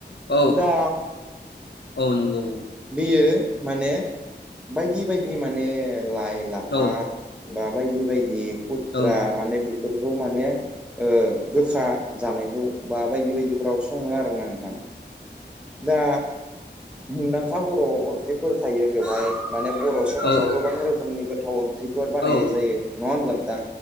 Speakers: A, on the left; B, in the centre.
A: औ
B: दा
A: औ नंगौ।
B: बियो माने बायदि बायदि माने लाइ लाफा
A: औ
B: बा बायदि बाय दि उथ्रा
A: औ
B: माने बेफोरखौ माने ओ गोखा जानायखौ बा बायदि बायदि <unintelligible> सङो आरोना नोंथां? दा मुंदांखा बर ओंख्रिफोर थायो बेवहाय माने बर' समाजाव
A: औ
B: गोबां रोखोमनि गोथाव ओंख्रिफोर बानायनाय
A: औ
B: जायो नङा होमबा नों दा